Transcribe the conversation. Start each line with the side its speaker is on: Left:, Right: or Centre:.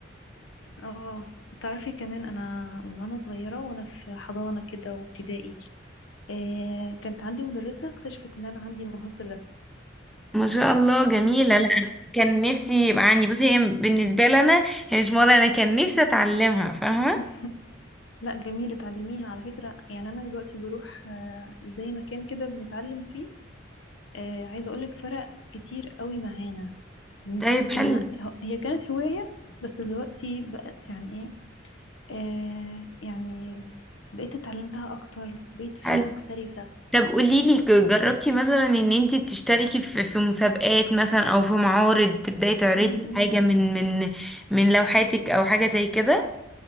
Left: اه تعرفي كمان انا من وانا صغيره وانا في حضانه كده وابتدائي إيه كانت عندي مدرسه اكتشفت ان انا عندي موهبه الرسم
Centre: ما شاء الله جميلة
Left: ف
Centre: لا أنا كان نفسي يبقى عندي بصي هي بالنسبة لنا هي مش مرة أنا كان نفسي أتعلمها فاهمة
Left: <laughs> لا جميل اتعلميها على فكره يعني انا دلوقتي بروح آه، زي مكان كده بنتعلم فيه آه، عايزه اقولك فرق كتير قوي معانا بنسبة
Centre: طيب حلو
Left: ان انا هي كانت هواية بس دلوقتي بقت يعني ايه آه يعني بقيت اتعلمتها اكتر بقيت فيها
Centre: حلو
Left: محترفة
Centre: طب قوليلي ك- جربتي مثلا ان انتي تشتركي في في مسابقات مثلا او في معارض تبداي تعرضي
Left: م -م.
Centre: حاجة من من من لوحاتك او حاجة زي كده